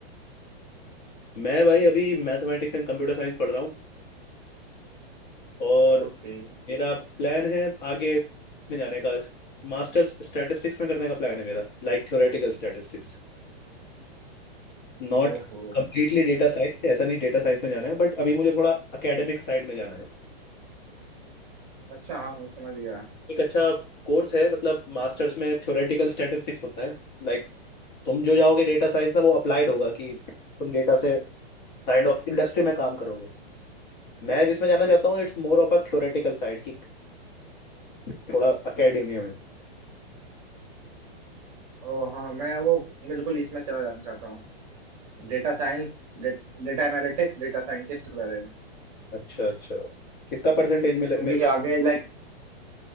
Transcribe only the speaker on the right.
ओके
ओहो
अच्छा
अच्छा हाँ समझ गया
ओ हाँ मैं वो बिल्कुल इसमें चला जाना चाहता हूँ data science data analytics data scientist के बारे में
क्योंकि
आगे लाइक